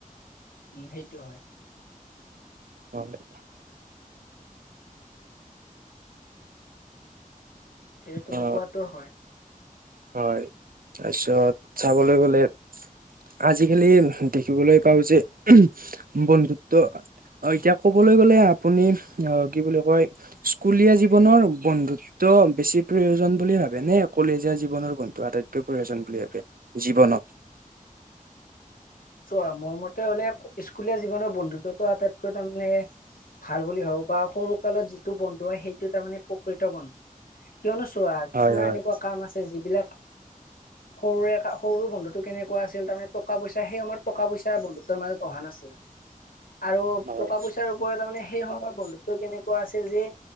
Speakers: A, on the left; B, on the right.
A: উম, সেইটো হয়।
B: হয়।
A: সেইটো তুমি
B: অ,
A: কোৱাটো হয়।
B: হয় তাৰপিছত চাবলৈ গ'লে আজিকালি দেখিবলৈ পাওঁ যে উহম বন্ধুত্ব অ, এতিয়া কবলৈ গলে আপুনি অ, কি বুলি কয় স্কুলীয়া জীৱনৰ বন্ধুত্ব বেছি প্ৰয়োজন বুলি ভাবে নে কলেজীয়া জীৱনৰ বন্ধু আটাইতকৈ প্ৰয়োজন বুলি ভাবে জীৱনত?
A: চোৱা, মোৰ মতে হলে স্কুলীয়া জীৱনৰ বন্ধুত্বটো আটাইতকৈ তাৰমানে ভাল বুলি ভাবো বা সৰু কালত যিটো বন্ধু হয় সেইটো তাৰমানে প্ৰকৃত বন কিয়নো চোৱা, কিছুমান
B: হয় হয়
A: এনেকুৱা কাম আছে যিবিলাক সৰুৰে কা সৰু বন্ধুটো কেনেকুৱা আছিল তাৰমানে টকা - পইচ সেই সময়ত টকা পইচা বন্ধুত্বৰ মাজত অহা নাছিল আৰু
B: হয়
A: টকা পইচাৰ- তাৰমানে সেই সময়ৰ বন্ধুত্ব কেনেকুৱা আছিল যে-